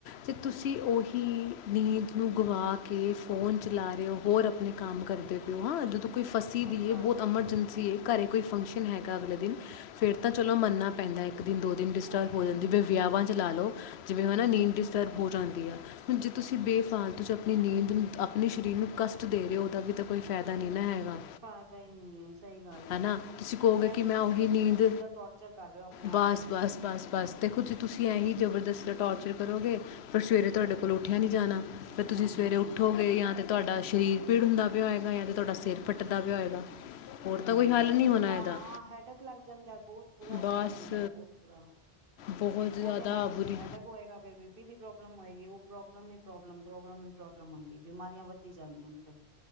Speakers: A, on the left (about 80°); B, on the right (about 60°).
A: ਤੇ ਤੁਸੀਂ ਉਹੀ ਨੀਂਦ ਨੂੰ ਗਵਾ ਕੇ, ਲਲਾ ਰਹੇ ਹੋ, ਹੋਰ ਆਪਣੇ ਕੰਮ ਕਰਦੇ ਪਏ ਹੋ ਹਾਂ ਜਦੋਂ ਕੋਈ ਫਸੀ
B: ਸਹੀ
A: ਦੀ
B: ਗੱਲ
A: ਹੈ। ਬਹੁਤ ਐਮਰਜੈਂਸੀ ਹੈ। ਘਰੇ ਕੋਈ ਫੰਕਸ਼ਨ ਹੈਗਾ ਅਗਲੇ ਦਿਨ ਫੇਰ ਤਾਂ ਚਲੋ ਮੰਨਨਾ ਪੈਂਦਾ ਹੈ ਇੱਕ ਦਿਨ ਦੋ ਦਿਨ ਡਿਸਟਰਬ
B: ਸਹੀ ਗੱਲ
A: ਹੋ ਜਾਂਦੀ
B: ਹੈ
A: ਵਿਆਹਾਂ ਜ ਲ ਲਓ ਜਿਵੇਂ, ਹਨ ਨਾ ਨੀਂਦ ਡਿਸਟਰਬ ਹੋ ਜਾਂਦੀ ਆ, ਹੁਣ ਜੇ ਤੁਸੀਂ ਬੇਫਾਲਤੂ 'ਚ ਆਪਣੀ ਨੀਂਦ ਆਪਣੇ ਸਰੀਰ ਨੂੰ ਕਸ਼ਟ ਦੇ ਰਹੇ ਉਹਦਾ ਵੀ ਤਾਂ ਕੋਈ ਫਾਇਦਾ ਨਹੀਂ ਨਾ ਹੈਗਾ
B: <unintelligible> ਨਹੀ ਐ ਸਹੀ। <unintelligible>
A: ਹਨਾ ਤੁਸੀਂ ਕਹੋਗੇ
B: ਇਹ
A: ਕਿ ਮੈਂ
B: ਤੇ
A: ਉਹੀ
B: ਜਬਰਦਸਤੀ
A: ਨੀਂਦ
B: ਦਾ ਟੋਰਚਰ ਕਰ ਰਹੇ ਹੋ ਆਪਣੇ ਆਪ
A: ਬਸ
B: ਨੂੰ।
A: ਬਸ ਬਸ ਦੇਖੋ ਜੀ ਤੁਸੀਂ ਇਹੀ ਜਬਰਦਸਤ ਟੋਰਚਰ ਕਰੋਗੇ, ਫਿਰ ਸਵੇਰੇ ਤੁਹਾਡੇ ਕੋਲ ਉੱਠਿਆ ਨੀ ਜਾਣਾ
B: ਉੱਠਿਆ
A: ਫਿਰ ਤੁਸੀਂ
B: ਨਹੀਂ
A: ਸਵੇਰੇ
B: ਜਾਣਾ
A: ਉੱਠੋਗੇ ਯਾਂ ਤੇ ਤੁਹਾਡਾ ਸਰੀਰ ਪੀੜ ਹੁੰਦਾ। ਵੀ ਹੋਏਗਾ ਜਾਂ ਤੇ ਤੁਹਾਡਾ ਸਿਰ ਫੱਟਦਾ ਵੀ ਹੋਏਗਾ। ਹੋਰ
B: ਹੂੰ
A: ਤਾਂ ਕੋਈ ਹੱਲ ਨਹੀਂ ਹੋਣਾ
B: ਹਾਂ
A: ਇਹਦਾ
B: ਹੈਡਕ ਲੱਗ ਜਾਂਦਾ ਬਹੁਤ। ਪੂਰਾ
A: ਬਸ
B: ਹੈਡਕ ਹੁੰਦਾ ਬਹੁਤ ਬੁਰਾ,
A: ਬਹੁਤ
B: ਤੇ ਉਹਦੇ
A: ਜ਼ਿਆਦਾ
B: ਨਾਲ ਹੀ
A: ਬੁਰੀ
B: ਫੇਰ ਹੈਡਕ ਹੋਏਗਾ ਫਿਰ ਬੀ ਪੀ ਦੀ ਪ੍ਰੋਬਲਮ ਪਈ ਓ ਪ੍ਰੋਬਲਮ ਹੀ ਪ੍ਰੋਬਲਮ, ਪ੍ਰੌਬਲਮ ਹੀ ਪ੍ਰੌਬਲਮ ਹੁੰਦੀ ਬਿਮਾਰੀਆਂ ਵੱਧਦੀ ਜਾਂਦੀਆਂ ਨੇ ਫੇਰ।